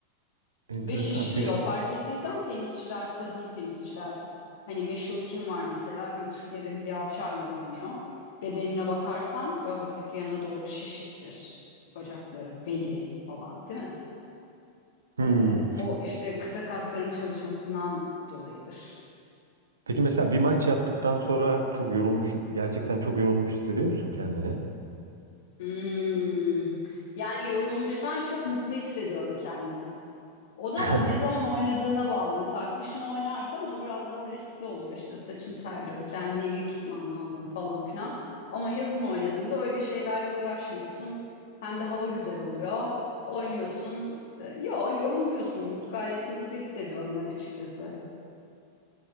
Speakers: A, on the right; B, on the left.
A: enteresan.
B: ve şişiriyor.
A: Peki.
B: Fark ettiysen tenisçiler, kadın tenisçiler. Hani meşhur kim var mesela değil mi? Türkiye'de Hülya Avşar var oynuyor. Bedenine bakarsan böyle hafif yana doğru şişiktir. Bacakları, beli falan değil mi?
A: Hmm.
B: Ee, o işte kısa kasların çalışmasından dolayıdır.
A: Peki mesela bir maç yaptıktan sonra çok yorulmuş, gerçekten çok yorulmuş hissediyor musun kendini?
B: Hmm, Yani yorulmuştan çok mutlu hissediyorum kendimi. O da
A: <laughs>
B: ne zaman oynadığına bağlı. Mesela kışın oynarsan o biraz daha riskli oluyor. İşte saçın terliyor, kendini iyi tutman lazım falan filan. Ama yazın oynadığında öyle şeylerle uğraşmıyorsun. Hem de hava güzel oluyor. Oynuyorsun. Ee, Yo yorulmuyorsun. Gayet mutlu hissediyorum ben açıkçası.